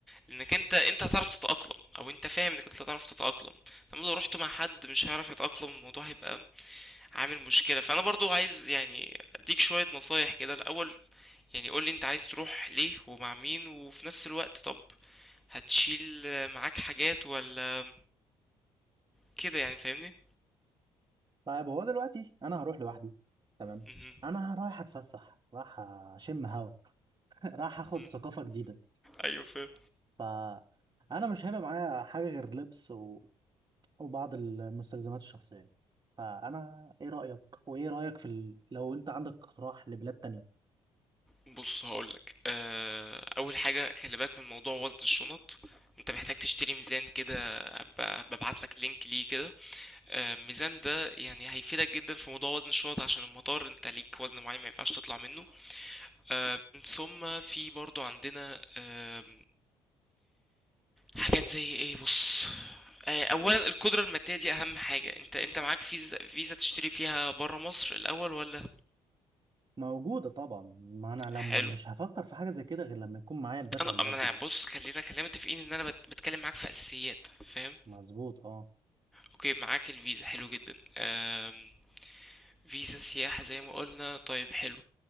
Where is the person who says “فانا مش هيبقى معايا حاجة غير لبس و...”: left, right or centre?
Right